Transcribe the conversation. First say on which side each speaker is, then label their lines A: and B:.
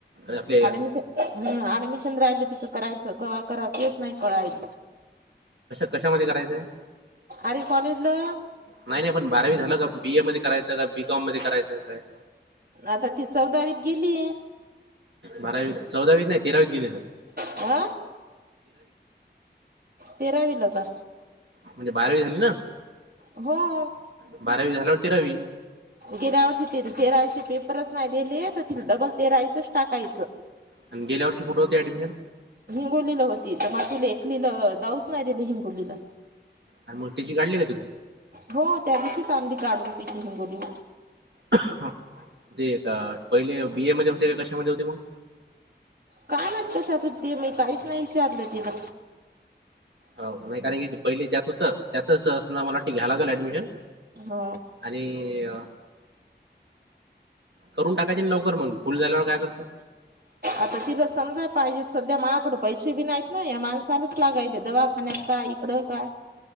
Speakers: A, on the right; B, on the right.
A: आपले
B: ऍडमिशन राहिलं तिचं करायचं नाही कळायच.
A: कशामध्ये करायचंय?
B: अर कॉलेज ला.
A: नाही नाही पण बारावी झालं. का बी ए मध्ये करायचं का बी कॉम मध्ये करायचं. काय?
B: आता ती चौदावित गेली.
A: बारावी चौदावीस नाही तेरावीस गेले तर.
B: हा तेरावी ला आता.
A: म्हणजे बारावी झाली ना.
B: हो
A: बारावी झाल्यावर तेरावी.
B: गेरावरती तेराचे पेपरच नाहीलेले तर ति डबल तेरायचं टाकायचं.
A: आणि गेल्या वर्षी कुठं होतं ऍडमिशन?
B: हिंगोलीला होती तर मातिला एकलीला जाऊच नाही तिले हिंगोलीला.
A: आणि मग ती काढली काय तू
B: हो त्याविशी चांदी काढून तिची हिंगोली.
A: हा ते का पहिले बीए मध्ये होते का कशामध्ये होते मग?
B: का नाही कशातून ते मी काहीच नाही विचारलं तिला.
A: हो नाही कारण की पहिले जत होत. त्यातच मला घ्यायला लागेल ऍडमिशन.
B: हो.
A: आणि करून टाकायचे लवकर मग फुल झाल्यावर काय करसं?
B: आता तिला समजा पाहिजेत. सध्या माळाकड पैसे बी नाहीत. ना या माणसालाच लागायले दवा काय इकडं काय?